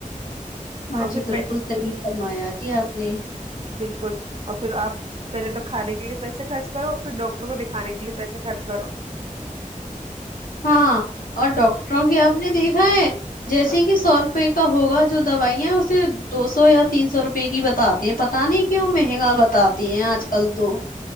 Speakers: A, on the left (about 85°); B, on the right (about 45°).
A: ہاں
B: اور
A: جی
B: پھر
A: بالکل صحیح فرمایا جی آپ نے
B: بالکل اور پھرپ پہلے تو کھے کے لیے پیسے خرچ کرو پھر ڈاکٹر کو دکھانے کے لیے پیسے خرچ سو
A: ہاں اور ڈاکٹروں کی آپ نے دیکھا ہے جیسے کہ سو روپئے کا ہوگا جو دوائیاں اسے دو سو یا تین سو روپئے کی بتاتے ہیں پتا نہیں کیوں مہنگا بتاتے ہیں آج کل تو